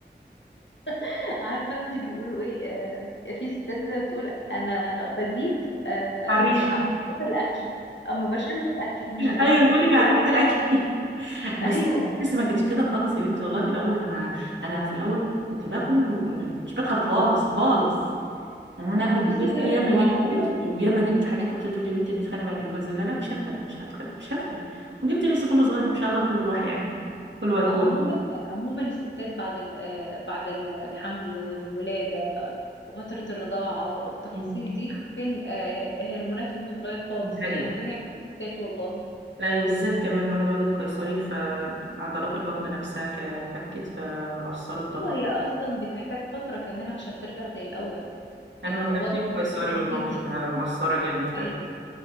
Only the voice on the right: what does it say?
<laughs> على الريحه
ايوه بقول لك على
ريحه الاكل <laughs> بس
بس ما كانتش كده خالص يا بنتي والله في الاول انا ما انا في الاول كنت باكل وما كنتش بدخل خالص خالص يعني انا قبل
الجواز
ده ياما
جبت
لبس وياما جبت حاجات واختي تقول لي يا بنتي هتتخانقي بعد الجواز لا لا مش هتخانق مش هتخانق مش هتخانق وجبت لبس كله صغير وما شاء الله كله راح يعني كله وركون
مم.
دي حقيقة
لا يعني بالذات كمان الواحد ولد قيصري فعضلات البطن نفسها كانت اتفكت فأثرت
طبعا
انا
لما جبتك
سوري
والله
فمقصره جامد فعلا